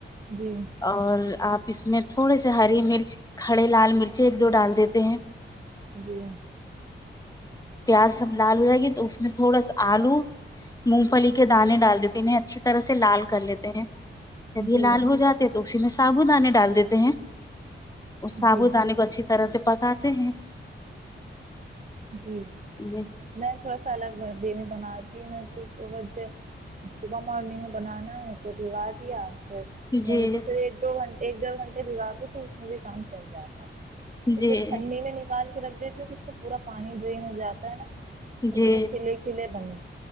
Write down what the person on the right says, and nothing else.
جی
جی
جی
جی
جی
میں تھوڑا سا الگ بھگ دیں بناتی ہوں میں تو صبح سے صبح مارننگ میں بنانا ہے تو بگا دیا پھر
نہیں تو پھر ایک دو گھنٹے ایک ڈڑھ گھنٹے بگا دو تو اس میں بھی کام چل جاتا
تو
پھر چھننے میں نکال کے رکھ د اس کو پورا پانی ڈرین ہو جاتا ہے نا
توسو کھلے کلے بانو